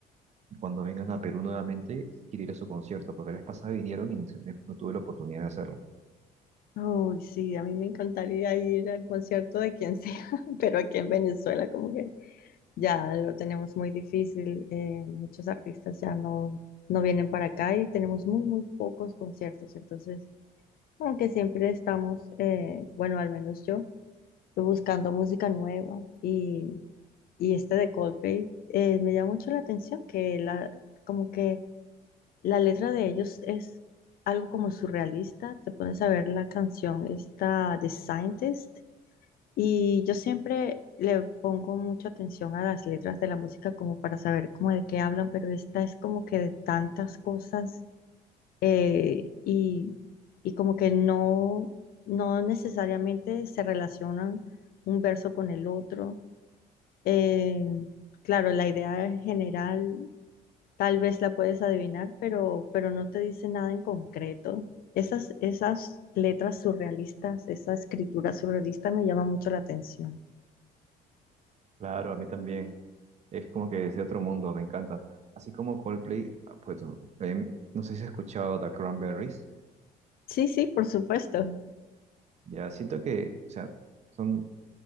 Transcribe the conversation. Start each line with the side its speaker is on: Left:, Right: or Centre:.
Right: y cuando vengan a Perú nuevamente quiero ir a su concierto, porque la vez pasada vinieron y no se me- no tuve la oportunidad de hacerlo.
Left: Oh, sí, a mí me encantaría ir al concierto de quien sea, <laughs> pero aquí en Venezuela, como que ya lo tenemos muy difícil. eh, muchos artistas ya no, no vienen para acá y tenemos muy, muy pocos conciertos. Entonces, aunque siempre estamos, eh, bueno, al menos yo, buscando música nueva y, y este de Coldplay eh, me llama mucho la atención que la, como que la letra de ellos es algo como surrealista. Te pones a ver la canción, esta The Scientist. Y yo siempre le pongo mucha atención a las letras de la música como para saber cómo de qué hablan, pero esta es como que de tantas cosas eh, y, y como que no, no necesariamente se relacionan un verso con el otro. Eh, claro, la idea general tal vez la puedes adivinar, pero, pero no te dice nada en concreto. Esas, esas letras surrealistas, esa escritura surrealista me llama mucho la atención.
Right: Claro, a mí también, es como que es de otro mundo, me encanta. Así como Coldplay, ah, pues no eh, no sé si has escuchado The Cranberries,
Left: Sí, sí, por supuesto.
Right: ya siento que, o sea, son